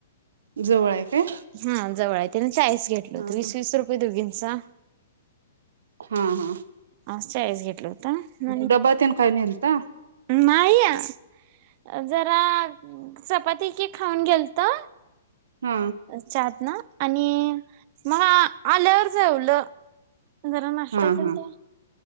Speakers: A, on the right; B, on the right.
A: जवळ हाय काय,
B: हा, जवळ हाय ते, चाळीस घेतलं.
A: हा
B: वीस,
A: हा
B: वीस रुपये दोघीत, जा
A: हां हां
B: असं हाय हे
A: डबा तेन काय नेलता
B: <inaudible> जरा, चपाती की खाऊन गेलतो.
A: हा
B: चहात ना, आणि मग आल्यावर जेवलो. जरा नाश्ता
A: हा
B: केलता.
A: हा